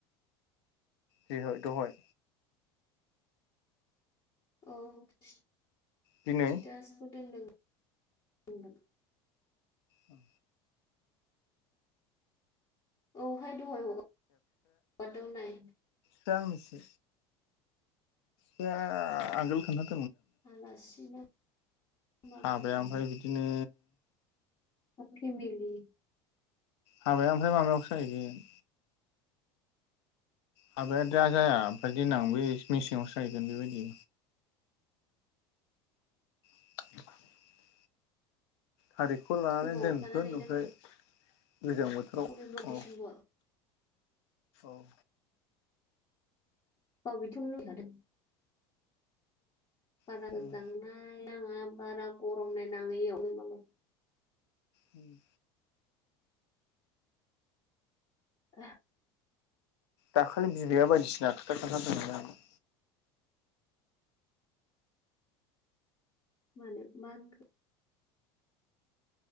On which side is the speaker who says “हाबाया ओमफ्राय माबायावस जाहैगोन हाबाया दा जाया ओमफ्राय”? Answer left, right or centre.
Left